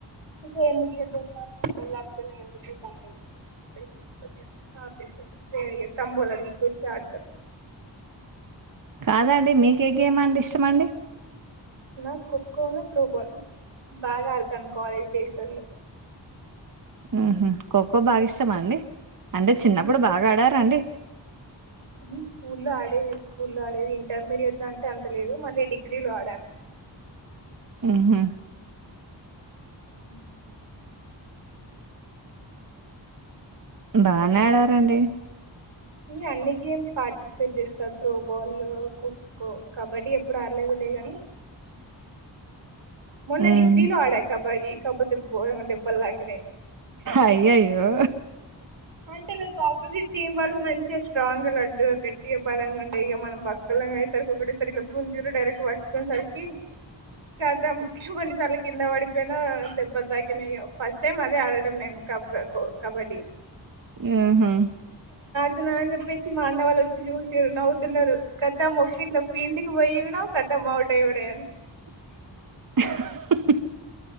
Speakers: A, on the right; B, on the right.
A: ఒసేయ్ ఎందుకు యుద్దల్ కావ మరి లేపొతేని నేను ఎందుకు పని లేదు ఆపేసా వే తంబులా తీస్కొచ్చి ఆడతరు
B: కాదండి మీకు ఏ గేమ్ అంటే ఇష్టమండి
A: నాక్ ఖోఖో ని త్రోబాల్ బాగా ఆడతాను కాలేజ్ డేస్ లల్లో
B: ఆహా ఖోఖో బాగా ఇష్టమా అండి అంటే చిన్నప్పుడు
A: ఉమ్
B: బాగా ఆడరా అండి
A: ఉమ్ స్కూల్లో ఆడేది స్కూల్లో ఆడేది ఇంటర్మీడియట్ లో అంటే అంత లేదు మళ్ళీ డిగ్రీ లో ఆడాను
B: హ్మ్ హు
A: మ్మ్
B: బానే ఆడారండి
A: ఈ అన్ని గేమ్స్ పార్టిసిపేట్ జేస్తారు త్రోబాల్ ఖోఖో కబడ్డీ ఎప్పుడు ఆడలేదు లే గాని మొన్న
B: హ్మ్.
A: డిగ్రీ లో ఆడా కబడ్డీ కపోతే బోల్అన్ని దెబ్బల్ తాకినాయ్
B: అయ్యయ్యో
A: అంటే లైక్ ఆపోజిట్ టీమ్ వాళ్ళు మంచిగా స్ట్రాంగ్ గా లడ్డు గట్టిగా బలంగ ఉండే ఇగ మనం బక్కల అ సరికి ఒకటే సారి గుజ్జిర్రు డైరక్ట్ పట్ కొన్ సరికి కతం కొన్ని సార్లు కింద పడి ప్పేనా దెబ్బల్ తాకినియో ఫస్ట్ టైమ్ అదే ఆడడం నేను కబ ఖో కబడ్డి
B: యహా
A: తున్న చెప్పేసి మా అన్న వాళ్ళు వచ్చి జూసిరు నవ్వుతున్నారు కతం ఒక్కట్ నా ఫీల్డ్కి పోయి గూడ కతం ఉమా అవుట్ ఉడే గాని
B: <unintelligible>